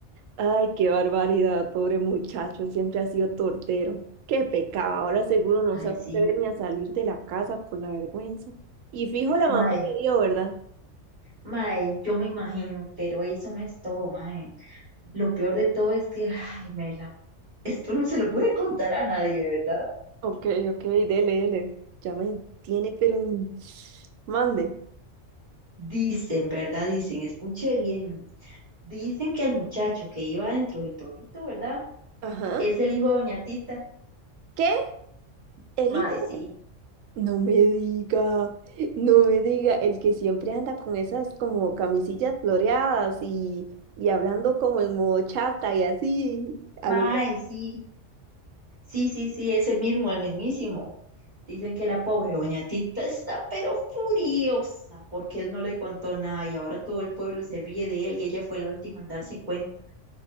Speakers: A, on the right; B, on the right.
A: Ay, qué barbaridad, pobre muchacho, siempre ha sido tortero. Qué pecado, ahora seguro no
B: Mae,
A: se va
B: sí,
A: a atrever ni a salir de la casa por la vergüenza. Y fijo la
B: mae,
A: mamá que dio, ¿verdad?
B: mae, yo me imagino, pero eso no es todo, mae. Lo peor de todo es que, ay, Mela, esto no se lo puede contar a nadie, ¿verdad?
A: Ok, ok, dele, dele. Ya me tiene, pero... en- Mande.
B: Dicen, ¿verdad? Dicen, escuche bien, dicen que el muchacho que iba dentro del torito, ¿verdad?
A: Ajá.
B: Es el hijo de Doña Tita
A: ¿Qué? Eli.
B: Mae, sí,
A: No me diga, no me diga, el que siempre anda con esas como camisillas floreadas y, y hablando como en modo chata y así,
B: mae,
A: a lo
B: sí, sí, sí, sí, ese mismo, el mismísimo. Dicen que la pobre doña Tita está pero furiosa porque él no le contó nada y ahora todo el pueblo se ríe de él y ella fue la última en darse cuenta.